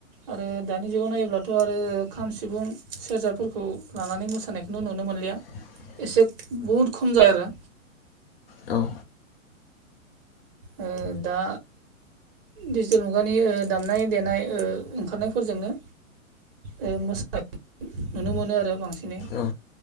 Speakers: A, on the right; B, on the left.
A: आरो दानि जुगाव नायोब्लाथ' आरो खाम सिफुं सेरजाफोरखौ लानानै मोसानायखौ नुनो मोनलिया
B: <inaudible>
A: एसे बहुद खम जा आरो
B: औ
A: ओ दा डिजिटेल मुगानि दामनाय देनाय ओंखारनायफोरजोंनो। ओ मोसा नुनो मोनो आरो बांसिनै।
B: औ